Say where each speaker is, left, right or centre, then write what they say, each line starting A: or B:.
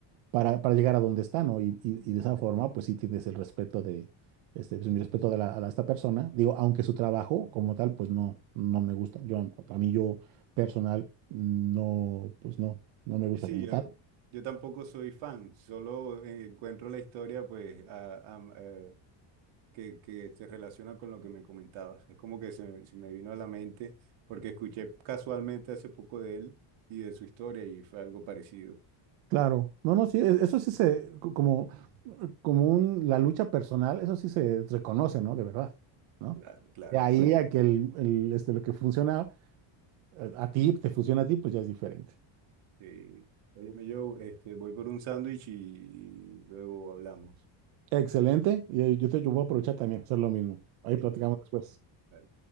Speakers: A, on the right (about 85°); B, on the right (about 70°).
A: para, para llegar a donde está, ¿no? Y, y- y de esa forma, pues sí tienes el respeto de, este, pues, mi respeto de la- a la- esta persona. Digo, aunque su trabajo como tal, pues no, no me gusta. Yo, a mí yo personal, no, pues no, no me gusta
B: Y sí,
A: como
B: yo,
A: tal.
B: yo tampoco soy fan, solo eh, encuentro la historia, pues, a- a- eh, que, que se relaciona con lo que me comentabas. Es como que se, me se me vino a la mente, porque escuché casualmente hace poco de él y de su historia, y fue algo parecido.
A: Claro, no, no, sí, e- eso sí se, co- como, como un, la lucha personal, eso sí se reconoce, ¿no? De verdad, ¿no?
B: Claro, claro.
A: De Sí. ahí Sí. a que el, el, este, lo que funciona eh, a ti, te funciona a ti, pues ya es diferente.
B: Sí. Óyeme, Joe, este, voy por un sándwich y, y luego hablamos.
A: Excelente. Y eh, yo, te, yo voy a aprovechar también, hacer lo mismo. Ahí
B: Listo.
A: platicamos después.
B: Dale.